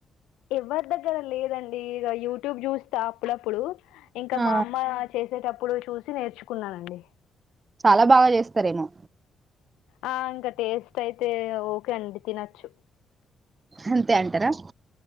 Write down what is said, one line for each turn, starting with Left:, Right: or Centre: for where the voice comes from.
Left: ఇవరి దగ్గర లేదండి ఇగ యూట్యూబ్ చూస్త అప్పుడప్పుడు ఇంకా
Right: ఆ!
Left: మా అమ్మ చేసేటప్పుడు ప్పుడు చూసి నేర్చుకున్నానండి
Right: చాలా బాగా చేస్తారేమో
Left: ఆ ఇంకా టేస్ట్ అయితే ఓకే అండి తినొచ్చు
Right: అంతే అంటారా